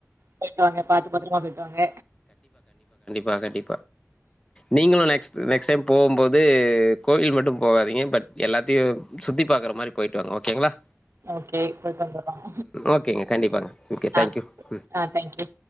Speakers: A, on the right (about 55°); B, on the left (about 15°).
A: போய்ட்டு வாங்க பாத்து பத்தரமா போய்ட்டு வாங்க
B: பகடி நீங்களு நெக்ஸ்ட் நெக்ஸ்ட் டைம் போகும்போது கோயில் மட்டு போகாதீங்க பட் எல்லாத்தையு சுத்தி பாக்ற மாரி போயிட்டுவாங்க ஓகோங்ளா
A: ஓகே போய்ட்டு வந்துருவோம்
B: ஓகேங்க கண்டிப்பாங்க ஓகே
A: ஆ
B: தேங்க்யூ ம்
A: ஆ தேங்க்யூ